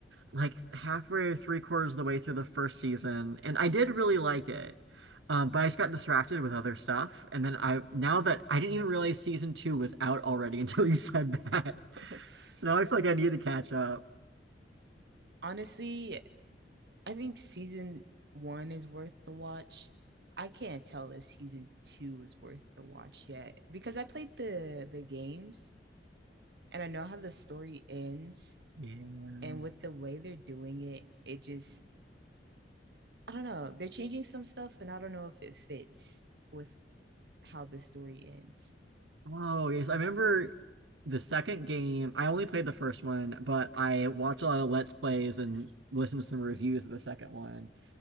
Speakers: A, on the right (about 80°); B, on the right (about 65°).
A: like halfway or three quarters of the way through the first season, and I did really like it. Um, but I just got distracted with other stuff, and then I now that I didn't even realize season two was out already <laughs> until you said that.
B: <laughs>
A: So now I feel like I need to catch up.
B: Honestly, I think season one is worth the watch. I can't tell if season two is worth the watch yet because I played the the games and I know how the story ends
A: Yeah.
B: and with the way they're doing it, it just I don't know. They're changing some stuff and I don't know if it fits with how the story ends.
A: Oh, yes. I remember the second game. I only played the first one, but I watched a lot of Let's Plays and listened to some reviews of the second one.